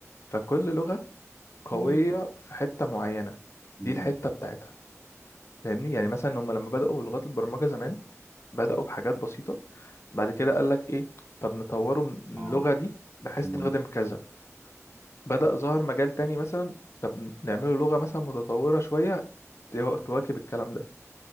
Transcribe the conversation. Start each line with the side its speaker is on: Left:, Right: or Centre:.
Left: فكل لغة قوية
Right: تمام
Left: في حتة معينة دي
Right: امم
Left: الحتة بتاعتها فاهمني يعني مثلا هم لما بدأوا بلغات البرمجة زمان بدأوا بحاجات بسيطة بعد كده قال لك ايه طب نطوره من
Right: اه
Left: اللغة دي بحيث
Right: امم
Left: تخدم كذا بدأ ظهر مجال تاني مثلا طب نعمله لغة مثلا متطورة شوية تو- تواكب الكلام ده